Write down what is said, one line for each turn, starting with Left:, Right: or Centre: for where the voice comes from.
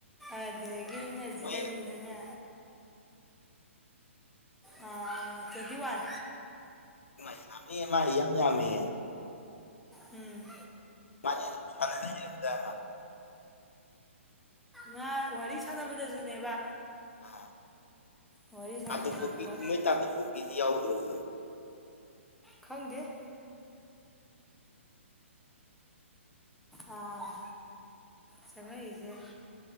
Centre: ꯑꯗꯒꯤꯅꯦ ꯖꯤꯗꯟꯒꯤꯅꯅꯦ
Left: ꯃꯣꯏ
Centre: ꯑꯥ ꯇ꯭ꯋꯦꯟꯇꯤ ꯋꯥꯟ
Left: ꯃꯥꯏ ꯌꯥꯃꯤꯍꯦ ꯃꯥ ꯏꯌꯥꯝ ꯌꯥꯃꯤꯍꯦ
Centre: ꯎꯝ
Left: ꯃꯥ ꯁꯂꯅꯁꯤ ꯗꯔ
Centre: ꯃꯥ ꯋꯥꯔꯤ ꯁꯥꯟꯅꯕꯗꯁꯨꯅꯦꯕ
Left: ꯑꯥ
Centre: ꯋꯥꯔꯤ ꯁꯥꯟꯅꯕꯗꯨꯗ
Left: ꯑꯇꯣ ꯍꯣꯀꯤꯗꯤ ꯃꯣꯏ ꯇꯥꯇꯣ ꯑꯣ ꯍꯣꯀꯤꯗꯤ ꯌꯥꯎꯗ꯭ꯔꯦꯅꯦ
Centre: ꯈꯪꯗꯦ ꯑꯥ ꯆꯪꯉꯛꯏꯁꯦ